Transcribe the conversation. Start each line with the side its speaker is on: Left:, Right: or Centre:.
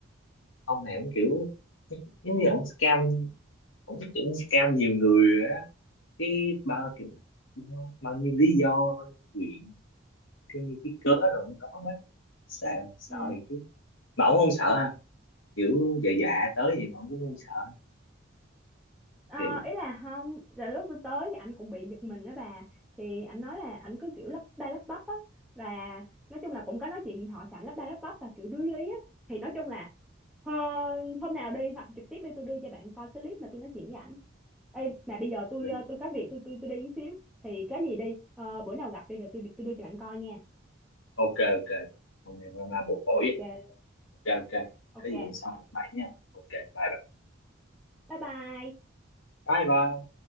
Left: ông này ông kiểu giống như ông scam ông kiểu scam nhiều người rồi á cái bao kiểu bao nhiêu lý do bao nhiêu chuyện cái cái cớ rồi ông có hết sợ sợ
Centre: ừ.
Left: thì chứ mà ông không sợ ha kiểu dạ dạ tới gì mà ông cũng không sợ
Centre: Ờ,
Left: kiểu
Centre: ý là không là lúc tôi tới thì anh cũng bị giật mình đó bà thì anh nói là anh cứ kiểu lắp ba lắp bắp á và nói chung là cũng có nói chuyện điện thoại thì anh lắp ba lắp bắp và kiểu đuối lý á thì nói chung là ờ, hôm nào đi hoặc trực tiếp đi tôi đưa cho bạn coi cái clip mà tôi nói chuyện với ảnh Ê, mà bây giờ tôi
Left: lý-
Centre: ờ, tôi có việc tôi tôi tôi đi một xíu thì cái gì đi ờ, bữa nào gặp đi rồi tôi tôi đưa cho bạn coi nha
Left: ok ok hôm nay hôm nay bổ phổi
Centre: ok
Left: á. ok ok
Centre: ok
Left: có gì hôm sau bậy nha ok bye bye
Centre: bye bye
Left: bye bye